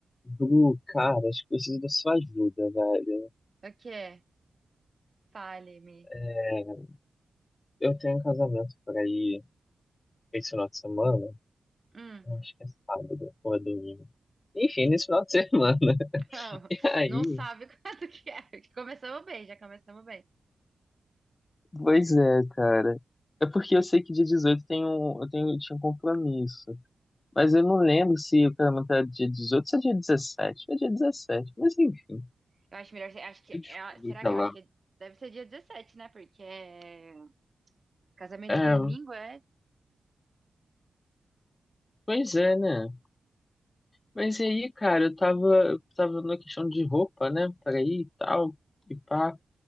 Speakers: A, on the left (about 35°); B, on the right (about 35°).
A: Bru, cara, acho que preciso da sua ajuda, velho.
B: O quê? Fale-me.
A: É, eu tenho um casamento por aí esse final de semana.
B: Hum,
A: Eu acho que é sábado ou é domingo. Enfim, nesse final de <laughs> semana.
B: não,
A: E aí?
B: não sabe <laughs> quanto que é. Começamos bem, já começamos bem.
A: Pois é, cara. É porque eu sei que dia 18 tem um, eu tenho, tinha um compromisso. Mas eu não lembro se o casamento era dia 18 ou se é dia 17. É dia 17, mas enfim.
B: Eu acho melhor, acho que
A: Eu descubro,
B: é, será
A: sei
B: que, eu
A: lá.
B: acho que deve ser dia 17, né? Porque é, casamento
A: É,
B: de domingo é.
A: pois é, né? Mas e aí, cara, eu tava, eu tava na questão de roupa, né? Pra ir e tal, e pá.